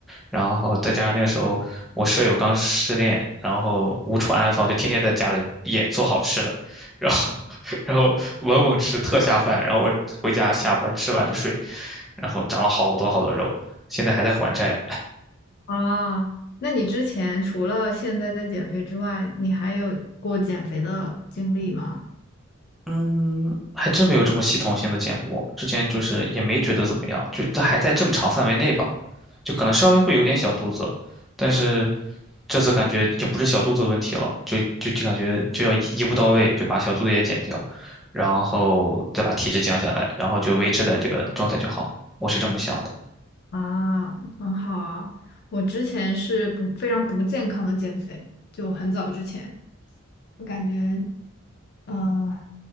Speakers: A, in the centre; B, on the left.
A: 然后再加上那个时候我舍友刚失恋，然后无处安放，就天天在家里也做好吃的，然后 <laughs> 然后猛猛吃特下饭，然后我回家下班吃完就睡，然后长了好多好多肉，现在还在还债。
B: 啊，那你之前除了现在在减肥之外，你还有过减肥的经历吗？
A: 嗯，还真没有这么系统性的减过，之前就是也没觉得怎么样，就这还在正常范围内吧。就可能稍微会有点小肚子，但是这次感觉已经不是小肚子问题了，就就就感觉就要一一步到位，就把小肚子也减掉，然后再把体脂降下来，然后就维持在这个状态就好了我是这么想的，
B: 啊，很好啊，我之前是不非常不健康的减肥，就很早之前。我感觉，呃，